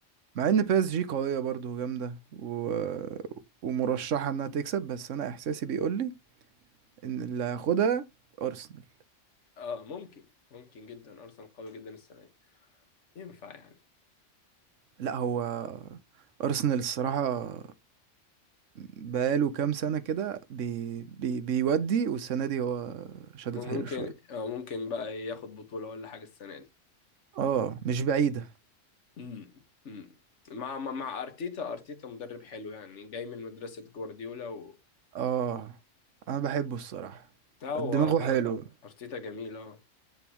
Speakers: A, on the right; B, on the left.
A: مع ان بي اس جي قوية برضه وجامدة و... ومرشحة انها تكسب بس انا احساسي بيقول لي ان اللي هياخدها ارسنال
B: اه ممكن ممكن جدا ارسنال قوي جدا السنة دي ينفع يعني
A: لا هو ارسنال الصراحة بقاله كام سنة كده بي... بي... بيودي والسنة دي هو شدد
B: ممكن
A: حيله شوية
B: آه، ممكن بقى ياخد بطولة ولا حاجة السنة دي
A: اه مش بعيدة
B: امم امم مع مع مع ارتيتا ارتيتا مدرب حلو يعني جاي من مدرسة جوارديولا و
A: اه انا بحبه الصراحة
B: لا، هو
A: دماغه حلو
B: ارتيتا جميل اه